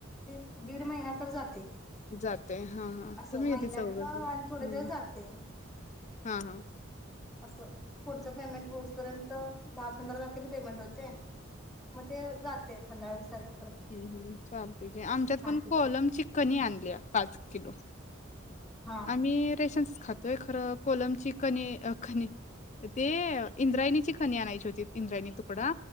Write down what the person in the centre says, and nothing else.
दीड दीड महिना तर जाते.
असं
महिन्यात
ना
आणि थोडे
दिवस जाते
असं पुढचं पेमेंट होऊसपर्यंत दहा पंधरा तारखेला पेमेंट होचे. मग ते जातेत. <unintelligible>
किलो
हा